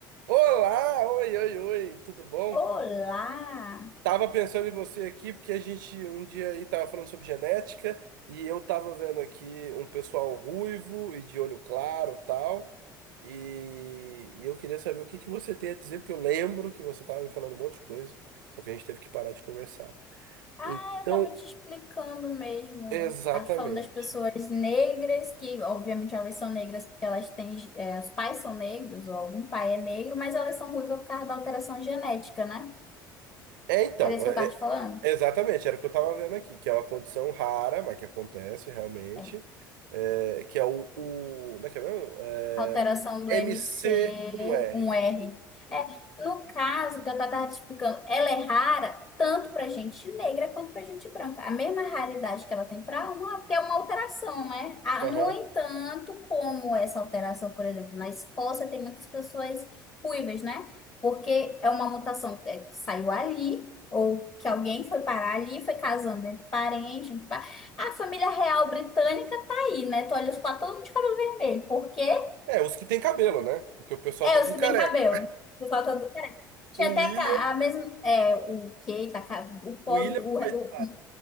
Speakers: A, on the right; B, on the left.
A: Olá, oi, oi, oi, tudo bom?
B: Olá!
A: Tava pensando em você aqui porque a gente um dia aí tava falando sobre genética e eu tava vendo aqui um pessoal ruivo e de olho claro, tal. E, e eu queria saber o que que você tem a dizer, porque eu lembro que você tava me falando um monte de coisa, só que a gente teve que parar de conversar.
B: Ah,
A: Então,
B: eu tava te explicando mesmo.
A: exatamente.
B: Tá falando das pessoas negras, que obviamente elas são negras porque elas têm. é, os pais são negros, ou algum pai é negro, mas elas são ruivas por causa da alteração genética, né?
A: É, então,
B: Era isso que
A: é,
B: eu tava te
A: é,
B: falando?
A: Exatamente, era o que eu tava vendo aqui, que é uma condição rara, mas que acontece realmente,
B: É.
A: é, que é o, o- Como é que é mesmo? É,
B: Alteração do
A: MC1R.
B: MC, um R. É, no caso que eu estava te explicando, ela é rara tanto para gente negra quanto para gente branca. A mesma raridade que ela tem para uma, porque é uma alteração, né? Ah,
A: Aham.
B: no entanto, como essa alteração, por exemplo, na Escócia tem muitas pessoas ruivas, né? Porque é uma mutação é, que saiu ali, ou que alguém foi parar ali, foi casando entre parentes. entre pa- A família real britânica tá aí, né? Tu olha os quatro, todo mundo de cabelo vermelho, porque
A: É, os que tem cabelo, né? Porque o pessoal
B: é,
A: tá tudo
B: os que
A: careca.
B: têm cabelo. Por falta do pé. Tinha
A: O
B: até
A: William,
B: ca- a mesma. É, o que Tá, ca- o pobre.
A: o William,
B: O,
A: coitado,
B: o-